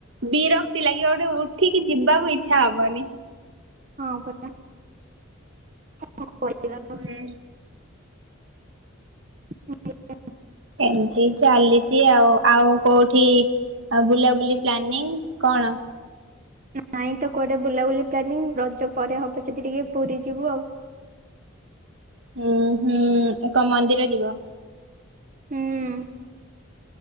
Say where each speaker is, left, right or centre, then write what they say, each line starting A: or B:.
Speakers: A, on the right (about 60°); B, on the right (about 35°).
A: ବିରକ୍ତି ଲାଗିବ ଗୋଟେ ଉଠିକି ଯିବାକୁ ଇଚ୍ଛା ହବନି।
B: ହଁ ପରା। କଣ କରିବା ଆଉ।
A: ହୁଁ।
B: <unintelligible>
A: ଏମିତି ଚାଲିଛି ଆଉ, ଆଉ କୋଉଠି ଆଉ ବୁଲାବୁଲି ପ୍ଲାନିଂ କଣ?
B: ନାଇଁ ତ କୁଆଡେ଼ ବୁଲାବୁଲି ପ୍ଲାନିଂ, ରଜ ପରେ ହବ ଯଦି ଟିକେ ପୁରୀ ଯିବୁ ଆଉ।
A: ହୁଁ ହୁଁ କଣ ମନ୍ଦିର ଯିବ?
B: ହୁଁ।